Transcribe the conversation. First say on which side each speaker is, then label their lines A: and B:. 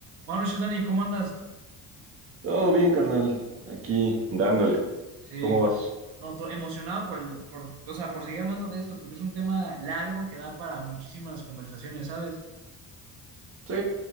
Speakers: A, on the right; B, on the right.
A: Buenas noches, Dani, ¿cómo andas?
B: Todo bien, carnal. Aquí, dándole.
A: Sí,
B: ¿Cómo vas?
A: no, to- emocionado por el, por, o sea, por seguir hablando de esto, porque es un tema largo que da para muchísimas conversaciones, ¿sabes?
B: Sí,